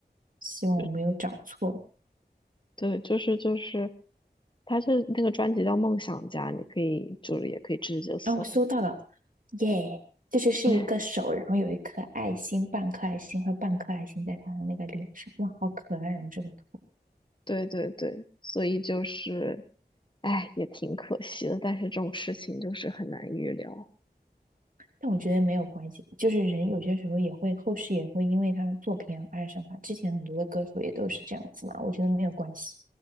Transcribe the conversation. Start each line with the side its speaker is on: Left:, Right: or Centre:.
Right: 希望我没有找错。
Left: 就对，就是就是，他是那个专辑叫《梦想家》，你可以就是也可以直接搜，
Right: 啊，我搜到了，耶，就是是一个手，
Left: <laughs>
Right: 然后有一颗爱心，半颗爱心和半颗爱心在他的那个脸上，哇，好可爱哦，这个图。
Left: 对对对，所以就是，哎，也挺可惜的，但是这种事情就是很难预料，
Right: 但我觉得没有关系，就是人有些时候也会，后世也会因为他的作品而爱上他。之前很多的歌手也都是这样子嘛，我觉得没有关系，